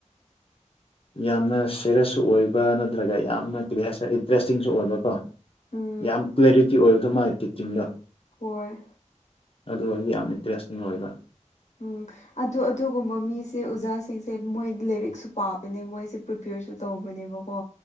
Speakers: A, on the left; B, on the left.
A: <inaudible>
B: ꯌꯥꯝꯅ ꯁꯦꯔꯤꯌꯁꯁꯨ ꯑꯣꯏꯕ ꯅꯠꯇ꯭ꯔꯒ ꯌꯥꯝꯅ ꯀꯔꯤ ꯍꯥꯏꯁꯔꯦ ꯏꯟꯇꯔꯦꯁꯇꯤꯡꯁꯨ ꯑꯣꯏꯕꯀꯣ
A: ꯎꯝ
B: ꯌꯥꯝ ꯀ꯭ꯂꯦꯔꯤꯇꯤ ꯑꯣꯏꯕꯗꯣ ꯃꯥꯒꯤ ꯇꯤꯆꯤꯡꯗꯣ
A: ꯍꯣꯏ
B: ꯑꯗꯨ ꯑꯩꯗꯤ ꯌꯥꯝ ꯏꯟꯇꯔꯦꯁꯇꯤꯡ ꯑꯣꯏꯕ
A: ꯎꯝ ꯑꯗꯣ ꯑꯗꯨꯒꯨꯝꯕ ꯃꯤꯁꯦ ꯑꯣꯖꯥꯁꯤꯡꯁꯦ ꯃꯣꯏ ꯂꯥꯏꯔꯤꯛꯁꯨ ꯄꯥꯕꯅꯦ ꯃꯣꯏꯁꯦ ꯄ꯭ꯔꯤꯄꯦꯌꯔꯁꯨ ꯇꯧꯕꯅꯦꯕꯀꯣ